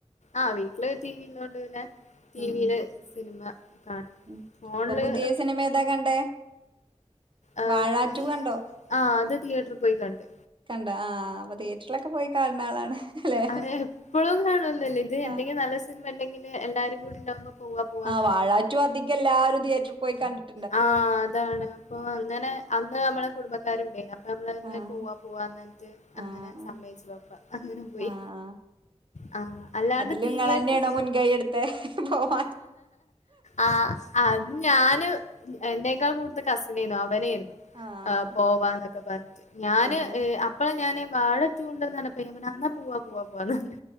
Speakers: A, on the left; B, on the right.
A: ആ വീട്ടില് ടി വി ള്ളൊണ്ട് പിന്നെ ടി
B: ഉം
A: വി
B: ഉം
A: യില് സിനിമ കാണും
B: ഉം
A: ഫോണില്
B: ഇപ്പൊ പുതിയ സിനിമ ഏതാ കണ്ടേ
A: ആ
B: വാഴ
A: പുതിയ
B: ടു കണ്ടോ
A: ആ അത് തിയേറ്ററി പോയി കണ്ട്
B: ആ അപ്പൊ തിയേറ്ററിലൊക്കെ പോയി കാണ് ണ ആളാണ് അല്ലെ
A: അതെ എപ്പളും കാണൊന്നുല്ല ഇത് എന്തെങ്കിലും
B: ആഹ്
A: നല്ല സിനിമ ണ്ടെങ്കില് എല്ലാരും കൂടി ണ്ടാവുമ്പോ പോവാ പോവാ
B: ആ വാഴാ റ്റു അധികെല്ലാരും തികയേറ്ററിൽ പോയി കണ്ട് <unintelligible>
A: ആ അതാണ് അപ്പൊ അങ്ങനെ അന്ന് നമ്മളെ കുടുംബക്കാരുണ്ടെനി അ പ്പമ്മളർഞ്ഞ്
B: ആഹ്
A: പോവാ പോവാ എന്നിട്ട് അങ്ങനെ
B: ആഹ്
A: സമ്മയ്ച് വാപ്പ അങ്ങനെ പോയി
B: ആഹ് ആഹ്
A: ആ അല്ലാണ്ട്
B: അതില്
A: തിയേറ്റർ
B: നിങ്ങള് തന്നെയാണോ മുൻകൈ എടുത്തെ പോവാ
A: ആ ആ അത് ഞാന് എന്റെക്കാൾ കൂടുത്ത കസിനേന്നു അവനെ ര്ന്നു
B: ആഹ്
A: അ് പോവാ ന്നൊക്കെ പർഞ്ഞിട്ട് ഞാന്
B: ആഹ്
A: അപ്പള ഞാന് വാഴ റ്റൂ ണ്ടെന്ന് പർഞ്ഞപ്പോ ഞാ പർഞ്ഞ് ന്ന പോവാ പോവാ പോവാ ന്നർഞ്ഞ്